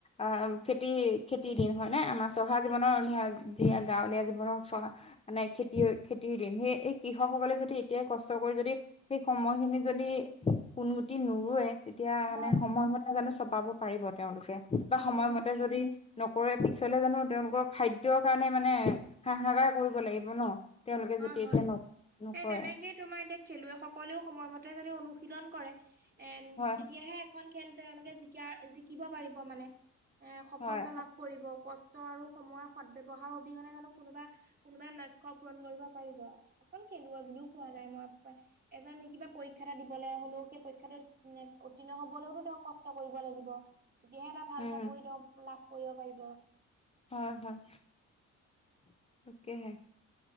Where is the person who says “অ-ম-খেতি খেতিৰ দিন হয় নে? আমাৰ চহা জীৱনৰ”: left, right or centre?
Left